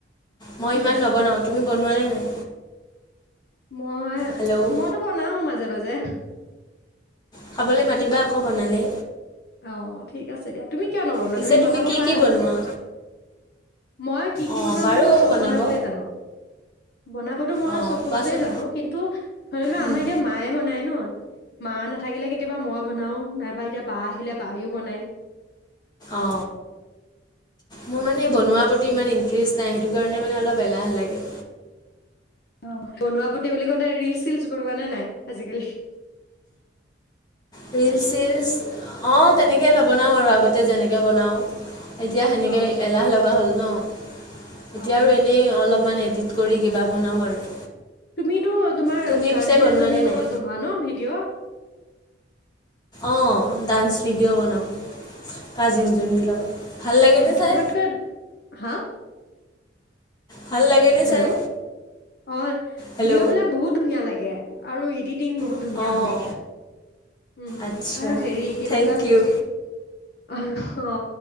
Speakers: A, on the left; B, on the left.
A: মই
B: কি
A: ইমান
B: কৈছা
A: নবনাও তুমি বনোৱা নে নাই?
B: মই
A: হেল্ল'
B: মইতো বনাও মাজে মাজে, <unintelligible>
A: খাবলৈ মাতিবা আকৌ বনালে।
B: অ' ঠিক আছে দিয়া। তুমি কিয় নবনোৱা,
A: পিছে
B: তুমি বনাব
A: কি
B: পাৰা।
A: কি বনোৱা?
B: মই কি কি
A: অঁ
B: বনাও?
A: পাৰোঁ
B: মানে মই চব
A: বনাব
B: বনাবৈয়ে জানো। বনাবতো মই
A: অঁ
B: চব
A: কোৱাচোন?
B: বস্তুয়েই জানো। কিন্তু ধৰি লোৱা
A: উম।
B: আমাৰ এতিয়া মায়ে বনাই ন। মা নেথাকিলে কেতিয়াবা মই বনাওঁ, নাইবা এতিয়া বা আহিলে বায়েও বনাই।
A: অ মোৰ মানে বনোৱা। প্ৰতি ইমান ইণ্টেৰেষ্ট নাই, সেইটো কাৰণে মানে অলপ এলাহে লাগে।
B: অ বনোৱা প্ৰতি বুলি ক'লে ৰিলচ চিলচ বনোৱা নে নাই আজিকালি?
A: ৰিলচ- চীলচ অঁ তেনেকৈ নবনাওঁ আৰু আগতে যেনেকৈ বনাওঁ। এতিয়া সেনেকৈ
B: অ'।
A: এলাহ লগা হ'ল ন। এতিয়া
B: অ',
A: আৰু এনেই অলপমান এডিট। কৰি কিবা বনাওঁ আৰু
B: তুমিতো তোমাৰ
A: তুমি
B: কাজিন
A: পিছে বনোৱানে
B: এজনীৰ
A: নাই
B: লগত বনোৱা ন ভিডিঅ'।
A: অঁ ডান্স ভিডিঅ'
B: অহ
A: বনাওঁ কাজিনজনীৰ
B: আহ
A: লগত ভাল লাগেনে
B: অহ
A: চাই
B: তোমাত কৈ হা
A: ভাল লাগেনে
B: হেল্ল'
A: চাই
B: অ
A: হেল্ল'
B: ভিডিঅ' বিলাক বহুত ধুনীয়া লাগে। অ আৰু ইডিত। টিং বহুত
A: অঁ
B: ধুনীয়া হয়। উম
A: আচ্ছা
B: আৰু হেৰি কি
A: থেংক
B: বুলি কয়
A: ইউ
B: আ। অ